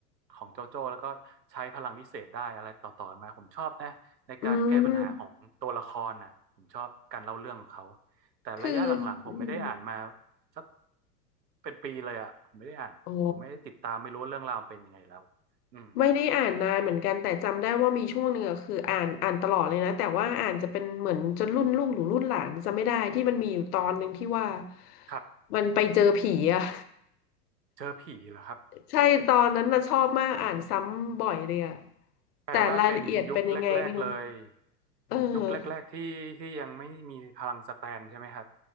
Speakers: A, on the right (about 85°); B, on the left (about 70°).
A: ของโจโจ้แล้วก็ใช้พลังวิเศษได้อะไรต่อต่อกันมาผมชอบนะในการแก้ปัญหาของตัวละครน่ะผมชอบการเล่าเรื่องของเขา
B: อืม
A: แต่ระยะหลังๆผมไม่ได้อ่านมา
B: คืออืม
A: สักเป็นปีเลยอ่ะผมไม่ได้อ่านผมไม่ได้ติดตามไม่รู้ว่าเรื่องราวมันเป็นยังไงแล้ว
B: อ๋อ
A: อืม
B: ไม่ได้อ่านนานเหมือนกันแต่จำได้ว่ามีช่วงหนึ่งอะคืออ่านอ่านตลอดเลยนะแต่ว่าอ่านจะเป็นเหมือนจนรุ่นลูกหรือรุ่นหลานจำไม่ได้ที่มันมีอยู่ตอนหนึ่งที่ว่า
A: ครับ
B: มันไปเจอผีอะ
A: เจอผีเหรอครับ
B: <laughs> ใช่ตอนนั้นนะชอบมากอ่านซ้ำบ่อยเลยอะ
A: แปลว่าเป็นยุคแรกๆเลย
B: แต่รายละเอียดเป็นยังไงไม่รู้เออ
A: ยุคแรกๆที่ที่ยังไม่มีพลังสแตนใช่ไหมครับ